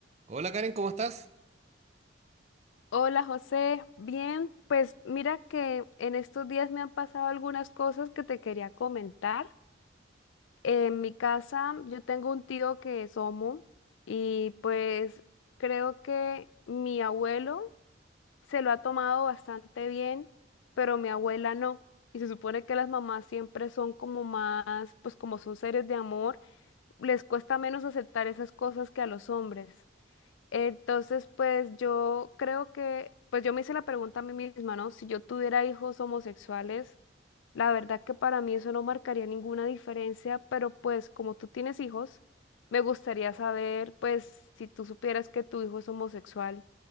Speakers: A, on the right; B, on the left.
A: Hola Karen, ¿cómo estás?
B: Hola José, bien, pues mira que en estos días me han pasado algunas cosas que te quería comentar. En mi casa yo tengo un tío que es homo y pues creo que mi abuelo se lo ha tomado bastante bien, pero mi abuela no. Y se supone que las mamás siempre son como más, pues como son seres de amor, les cuesta menos aceptar esas cosas que a los hombres. Entonces, pues yo creo que, pues yo me hice la pregunta a mí misma, ¿no? Si yo tuviera hijos homosexuales, la verdad que para mí eso no marcaría ninguna diferencia, pero pues como tú tienes hijos, me gustaría saber, pues si tú supieras que tu hijo es homosexual